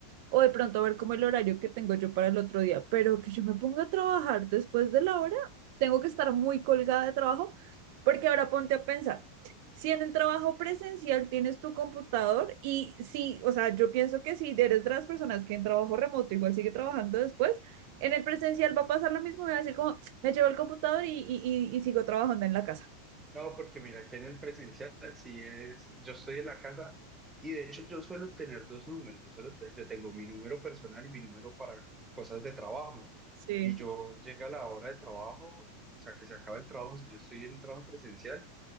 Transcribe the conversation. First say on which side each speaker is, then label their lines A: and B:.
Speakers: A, on the right; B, on the right.
A: o de pronto ver como el horario que tengo yo para el otro día, pero que yo me ponga a trabajar después de la hora, tengo que estar muy colgada de trabajo, porque ahora ponte a pensar. Si en el trabajo presencial tienes tu computador y si, o sea, yo pienso que si eres de las personas que en trabajo remoto igual sigue trabajando después, en el presencial va a pasar lo mismo, voy a decir como, me llevo el computador y, y, y, y sigo trabajando en la casa.
B: No, porque mira, que en el presencial sí es, yo estoy en la casa y de hecho yo suelo tener dos números, yo solo yo tengo mi número personal y mi número para cosas de trabajo.
A: Sí.
B: Y yo llega la hora de trabajo, o sea, que se acaba el trabajo, si yo estoy en un trabajo presencial,